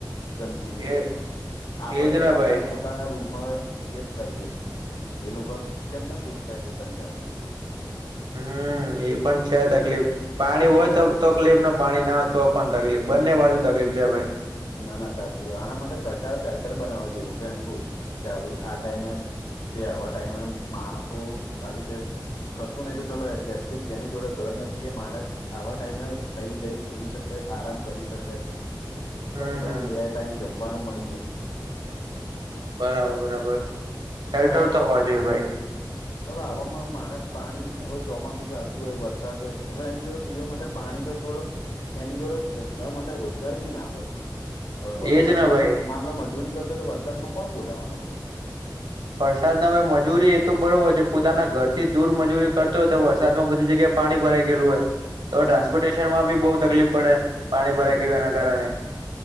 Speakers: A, on the left (about 80°); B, on the right (about 85°).
A: ગંદકીને લીધે
B: એ
A: આપડે
B: એજ
A: ચલો
B: ને
A: આપણે
B: ભાઈ
A: પોતે પોતાના રૂમમાં શિફ્ટ કરી લએ એ લોકો કેમ ના શિફ્ટ થાય પોતાની જાતને
B: હમ એ પણ છે તકલીફ પાણી
A: અરે
B: હોય તો તકલીફ ને પાણી ના તો પણ તકલીફ બંને બાજુ તકલીફ છે ભાઈ
A: ના ના સાચી વાય આના માટે સરકાર સેલ્ટર બનાવવા જોઈએ હું તો એમ કઉ છું કે આ ટાઈમે કે આવા ટાઈમે માણસો આવી રીતે કશું નહીિ તો ચાલલો એટલીસ્ટ જેની જોડે ઘર નથી એ માણસ આવા ટાઈમે તઈ જઈને સુઈ શકે આરામ કરી શકે
B: હમ
A: કશું કને
B: હમ
A: બે ટાઈમ જમવાનું મળી જાયું
B: બરાબર બરાબર હેર તો
A: હવામાં
B: હો જોઈએ ભાઈ
A: હવે આવામાં માણસ પાણી હવે ચોમાસું ચાલતું હોય વરસાદ હોય હવે એની જોડે પીવા માટે પાણી તો છોડો એની જોડે ધંધા માટે રોજગાર બી ના હોય હવે વરસાદમાં
B: એજ ને ભાઈ
A: માલો મજૂરી કરતો હતો વરસાદમાં કોણ બોલાવવાનું હતું
B: વરસાદના મજૂરી એ તો બરોબર છે પોતાના ઘર થી દૂર મજૂરી કરતો હોય તો વરસાદમાં બધી જગ્યા પાણી ભરાઈ ગયેલું હોય તો
A: હમ
B: ટ્રાન્સપોર્ટેશનમાં બી બહુ તકલીફ પડે પાણી ભરાઈ
A: તો
B: ગયું
A: પછી
B: એના કારણે